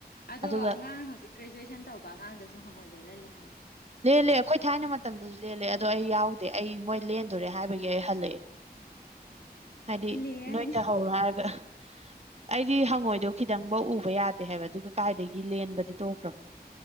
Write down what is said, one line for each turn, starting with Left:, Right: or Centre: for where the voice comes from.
Left: ꯑꯗꯣ
Right: ꯑꯗꯨꯒ
Left: ꯑꯉꯥꯡ ꯍꯧꯖꯤꯛ ꯒ꯭ꯔꯦꯖꯨꯋꯦꯁꯟ ꯇꯧꯕ ꯑꯉꯥꯡꯗꯁꯨ ꯍꯪꯒꯣꯏ ꯂꯦꯜꯍꯜꯂꯦ ꯍꯥꯏꯌꯦ
Right: ꯂꯦꯜꯂꯦ ꯑꯩꯈꯣꯏ ꯊꯥꯏꯅ ꯃꯇꯝꯗꯁꯨ ꯂꯦꯜꯂꯦ ꯑꯗꯣ ꯑꯩ ꯌꯥꯎꯗꯦ ꯑꯩ ꯃꯣꯏ ꯂꯦꯟꯗꯣꯔꯦ ꯍꯥꯏꯕꯒꯤ ꯑꯩ ꯍꯜꯂꯛꯑꯦ ꯍꯥꯏꯗꯤ
Left: ꯍꯜꯂꯦ ꯍꯥꯏꯅꯤ
Right: ꯅꯣꯏ ꯇꯍꯧꯔꯣ ꯍꯥꯏꯔꯒ ꯑꯩꯗꯤ ꯍꯪꯉꯣꯏꯗꯣ ꯈꯤꯇꯪꯐꯧ ꯎꯕ ꯌꯥꯗꯦ ꯍꯥꯏꯕ ꯑꯗꯨꯒ ꯀꯥꯏꯗꯒꯤ ꯂꯦꯟꯕꯗꯤ ꯇꯣꯛꯈ꯭ꯔꯣ